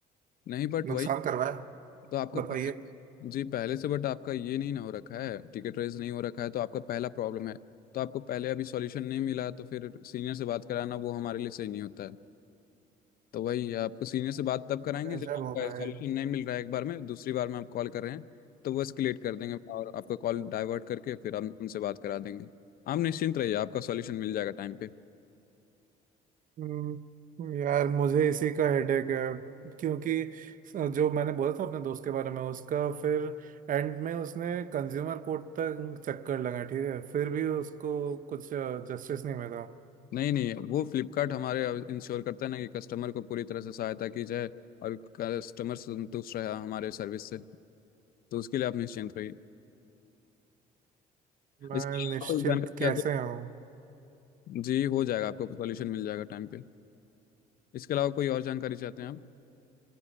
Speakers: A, on the left; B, on the right.
A: नहीं बट
B: नुकसान
A: वही
B: करवाए
A: तो आपका
B: बताइए
A: पहले जी पहले से बट आपका ये नहीं ना हो रखा है टिकट रेज नहीं हो रखा है तो आपका पहला प्रॉब्लम है तो आपको पहले अभी सॉल्यूशन नहीं मिला है, तो फिर सीनियर से बात कराना वो हमारे लिए सही नहीं होता है तो वही आपको सीनियर से बात तब कराएंगे
B: गजब
A: जब आपका
B: हो भाई
A: सोल्यूशन नहीं मिल रहा है एक बार में दूसरी बार में आप कॉल कर रहे हैं तो वो एस्केलेट कर देंगे और आपका कॉल डाइवर्ट करके फिर हम उनसे बात करा देंगे आप निश्चिंत रहिए आपका सॉल्यूशन मिल जाएगा टाइम पे
B: हम्म, यार मुझे इसी का हेडेक है क्योंकि जो मैंने बोला था अपने दोस्त के बारे में उसका फिर एंड में उसने कंज्यूमर कोर्ट तक चक्कर लगा ठीक है फिर भी उसको कुछ जस्टिस नहीं मिला
A: नहीं नहीं वो फ्लिपकार्ट हमारे इंश्योर करता है ना कि कस्टमर को पूरी तरह से सहायता की जाए और कस्टमर संतुष्ट रहा हमारे सर्विस से तो उसके लिए आप निश्चिंत रहिए
B: मैं
A: इसके अलावा
B: निश्चिंत
A: कोई जानकारी
B: कैसे
A: चाहते
B: हूँ
A: हैं? जी हो जाएगा आपको सॉल्यूशन मिल जाएगा टाइम पे इसके अलावा कोई और जानकारी चाहते हैं आप